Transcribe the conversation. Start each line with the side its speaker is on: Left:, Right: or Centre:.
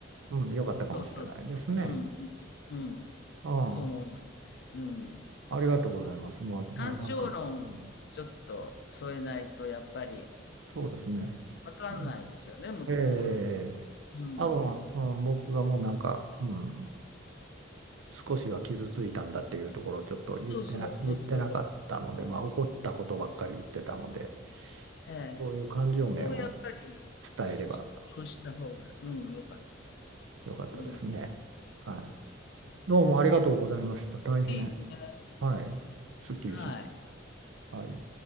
Right: うん、よかったかもしれないですね。
Left: そうそうそう、うん、うん、うん。
Right: うん。
Left: そう思いますね。うん。
Right: ありがとうございます。
Left: こう
Right: まあ、
Left: 感情論をちょっと添えないとやっぱり
Right: な、なんか、うん、そうですね。
Left: わかんないですよね、
Right: うん、
Left: 向こうは。
Right: ええ
Left: うん。
Right: 多分、うん、僕がもうなんか、うん、少しは傷ついたんだっていうところをちょっと言ってな、
Left: そうそうそうそう。
Right: 言ってなかったので、
Left: うん、
Right: まあ、怒ったことばっかり言ってたので、
Left: ええ。
Right: そういう感情面を
Left: そこをやっぱり
Right: 伝えれば
Left: そうした方が、うん、良かったですね。
Right: よかったですね。
Left: うん、
Right: はい。
Left: そうですね。
Right: どうもありがとうございました。大変、
Left: いいね。
Right: はい、すっきりしまし
Left: はい。
Right: た。はい。